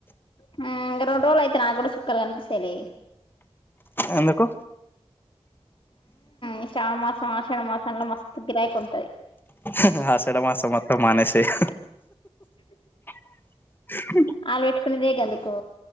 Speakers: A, on the left; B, on the left.
A: హు రెండు రోజులు అయితే నా కూడా సుక్కలు కనిపిస్తయ్
B: ఎందుకు
A: ఉ శ్రావణమాసం ఆషాఢ మాసంలో మస్తు గిరాకి ఉంటది
B: ఉ ఆషాడమాసం మొత్తం మానేసేయ్
A: <inaudible>
B: <inaudible>
A: ఆలు పెట్టుకునేదే గందుకు